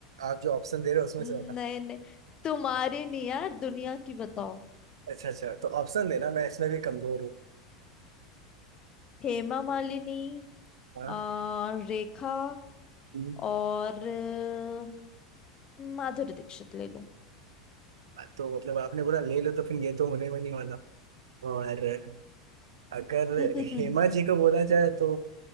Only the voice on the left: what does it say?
नहीं
नहीं तुम्हारी नहीं यार दुनिया की बताओ
हेमा मालिनी
आ, रेखा
और अ, माधुरी दीक्षित ले लो
<laughs> नहीं